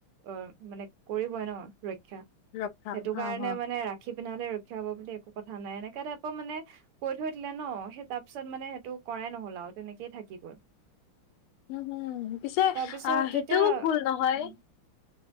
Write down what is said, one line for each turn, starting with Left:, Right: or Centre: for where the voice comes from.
Right: অ মানে কৰিবই ন। ৰক্ষা
Left: ৰভা
Right: সেইটো
Left: হা
Right: কাৰণে
Left: হা
Right: মানে ৰাখি পিন্ধালে ৰক্ষা হব বুলি একো কথা নাই এনেকা টাইপৰ মানে কৈ থৈ দিলে ন সেই তাৰ পিছত মানে টো কৰাই নহ'ল আৰু তেনেকেই থাকি গ'ল।
Left: উম হুম পিছে,
Right: তাৰপিছত
Left: আহ সেইটোও
Right: তেতিয়া
Left: ভুল নহয়।
Right: উম